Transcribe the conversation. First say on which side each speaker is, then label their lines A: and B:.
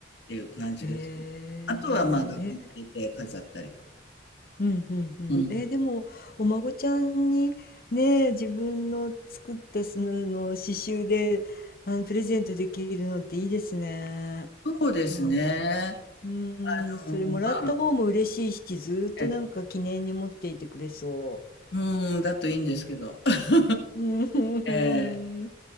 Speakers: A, on the left; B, on the left.
A: ていう感じですね。
B: へえ、
A: あとは、まあ、額に入れて飾ったりとか。
B: うんうんうん。
A: うん。
B: えーでも、お孫ちゃんにね、自分の作ったその刺繍で、あの、プレゼントできるのっていいですね。
A: そうですね。
B: あ、すうーん、
A: あの、
B: それもらった方も嬉しいし、
A: まあ、
B: ずーっとなんか記念に持っていてくれそ
A: えうん、だといいんですけど。<laughs>
B: う。うん。
A: ええ